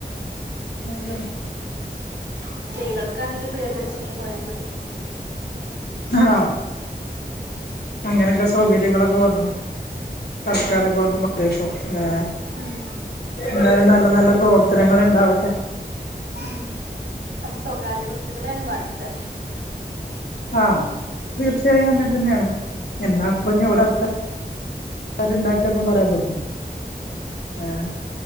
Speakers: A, on the left (about 70°); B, on the right (about 85°).
A: എന്താ
B: സ്ത്രീകൾക്കാണെങ്കിൽ പ്രിയദർശിനി പോയാൽ മതി
A: ആ അങ്ങനെയൊക്കെ സൗകര്യങ്ങളൊക്കെ വന്നു സർക്കാരൊക്കെ
B: അതെ
A: വന്ന് മാറപ്പോ ഏ
B: ഉം
A: എന്തായുന്ന നല്ല നല്ല പ്രവർത്തനങ്ങ ഉണ്ടാവട്ടെ.
B: ഉം അത് സ്വകാര്യ വസ്തുക്കളെയാണ് ബാധിക്കാ.
A: ആഹ തീർച്ചയായും അങ്ങനെ തന്നെയാണ് എന്നാ പറഞ്ഞവിടെ അർഥ ഉണ്ടാക്കൊന്നും പറയാൻ പറ്റില്ല ആ